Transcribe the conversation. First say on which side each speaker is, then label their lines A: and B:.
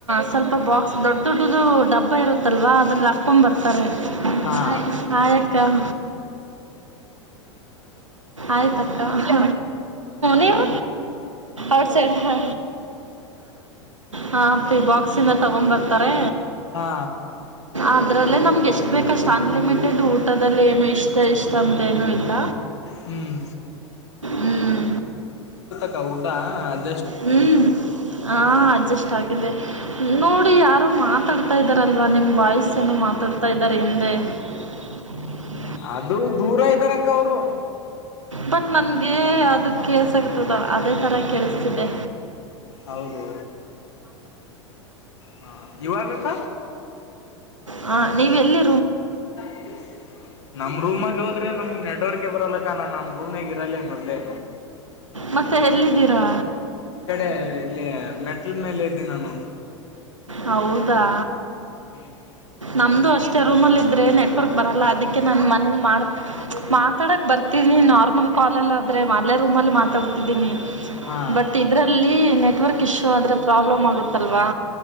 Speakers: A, on the right (about 80°); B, on the left (about 65°).
A: ಸ್ವಲ್ಪ ಬಾಕ್ಸ್ ದೊಡ್ದು ದು ಡಬ್ಬ ಇರುತ್ತಲ್ವಾ ಅದ್ರಲ್ಲಿ ಹಾಕೊಂಡ್ ಬರ್ತಾರೆ
B: ಹಾ
A: ಹೈ ಹೈಯಕ್ಕ <inaudible> ಆಯ್ತಕ್ಕ ಹ ನೀವು ಔಟ್ ಸೈಡ್ ಹಾ ಹಾ ಪಿ ಬಾಕ್ಸಂದ ತಗೊಂಡ್ ಬರ್ತಾರೆ
B: ಹಾ
A: ಅದ್ರಲ್ಲೇ ನಮ್ಗೆ ಎಷ್ಟ್ ಬೇಕಷ್ಟ ಅನ್ಲಿಮಿಟೆಡ್ ಊಟದಲ್ಲಿ ಏನು ಇಷ್ಟ ಇಷ್ಟ ಅಂತೇನೂ ಇಲ್ಲ
B: ಹ್ಮ್
A: ಹ್ಮ್
B: ತ ಊಟ ಅಲ್ಲಿ
A: ಹ್ಮ್ ಹ ಅಡ್ಜಸ್ ಆಗಿದೆ ನೋಡಿ ಯಾರೋ ಮಾತಾಡ್ತಾ ಇದಿದಾರಲ್ವಾ ನಿಮ್ಮ ಬಾಯ್ಸನು ಮಾತಾಡ್ತಾ ಇದಾರೆ ಹಿಂದೆ ಹ್ಮ
B: ಅದು ದೂರ ಇದ್ದಾರಕ್ಕ ಅವರು
A: ಬಟ್ ನನ್ಗೆ ಅದ ಕೇಳ್ಸ ಆಗತದ ಅದೇ ತರ ಕೇಳಿಸ್ತಿದ್ದೆ
B: ಹೌದು ಹಾ ಇವಾಗಕ್ಕ
A: ಹ ನೀವ ಎಲ್ಲಿ
B: <inaudible> ನಮ ರೂಮ್ಲ್ಲಿ ಹೋದ್ರೆ ನಮ್ ನೆಟ್ವರ್ಕ್ ಬರಲ್ಲ ಕಣ ನಮ ರೂಮನಾಗಯಿರಲ್ಲೆ ಮಡ್ಲೆ
A: ಮತ್ತೆ ಎಲ್ಲಿದ್ದೀರಾ
B: ಇಕಡೆ ಇಲ್ಲಿ ಮೆಟಲ್ ಮೇಲೆ ಇದ್ದ ನಾನು
A: ಹೌದಾ
B: <inaudible>
A: ನಮ್ದು ಅಷ್ಟೇ ರೂಮಲ್ಲಿ ಇದ್ರೆ ನೆಟ್ವರ್ಕ್ ಬರಲ್ಲ ಅದಕ್ಕೆ ನಾನ ಮನೇಲಿ ಮಾಡ್ತ ಮಾತಾಡಕ್ ಬರ್ತೀನಿ ನಾರ್ಮಲ್ ಕಾಲಲ್ಲಾದ್ರರೆ ಮಲೆೇ ರೂಮಲ್ಲಿ ಮಾತಾಡ್ತಿದ್ದೀನಿ
B: ಹಾ
A: ಬಟ್ ಇದ್ರಲ್ಲಿ ನೆಟ್ವರ್ಕ್ ಇಶ್ಯೂ ಆದ್ರೆ ಪ್ರಾಬ್ಲಮ್ ಆಗುತ್ತಲ್ವಾ